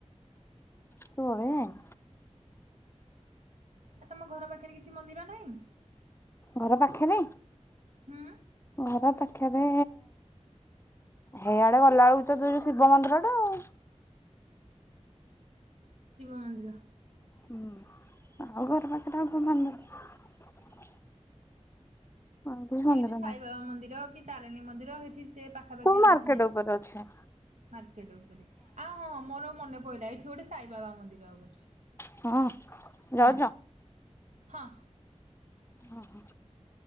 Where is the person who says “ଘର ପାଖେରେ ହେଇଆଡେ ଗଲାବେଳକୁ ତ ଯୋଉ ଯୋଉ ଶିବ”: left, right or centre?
Left